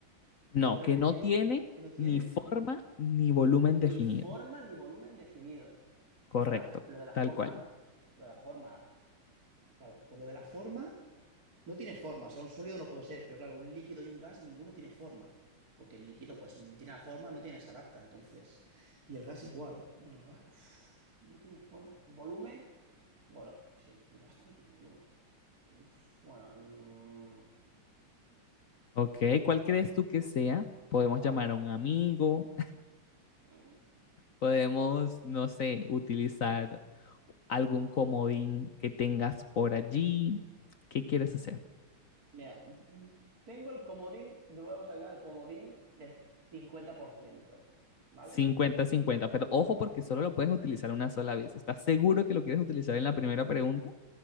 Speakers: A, on the left; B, on the right.
A: No,
B: ¿Me la puedes
A: que
B: repetir?
A: no tiene
B: Que no tiene
A: ni forma ni volumen
B: ni
A: definido.
B: forma ni volumen definido.
A: Correcto,
B: O sea, lo de la, lo de la
A: tal
B: forma.
A: cual.
B: Lo de la forma. Claro, por lo de la forma. No tiene forma, o sea, un sólido no puede ser, pero claro, un líquido y un gas, ninguno tiene forma. Porque el líquido, pues, mm, tiene la forma, no tiene, se adapta, entonces. Y el gas igual. Bueno, el gas uf, no tiene forma. Volumen, bueno, si el el gas también tiene volumen. Uf, bueno, mm,
A: Ok, ¿cuál crees tú que sea? Podemos
B: ah,
A: llamar a un amigo,
B: mm,
A: Podemos, no sé, utilizar algún comodín que tengas por allí. ¿Qué quieres hacer?
B: mira, mm, tengo el comodín, de- vamos a ganar el comodín del cincuenta por ciento ¿vale?
A: cincuenta
B: Me
A: cincuenta pero ojo porque solo lo puedes utilizar una sola vez. ¿Estás seguro que lo quieres utilizar en la primera pregunta?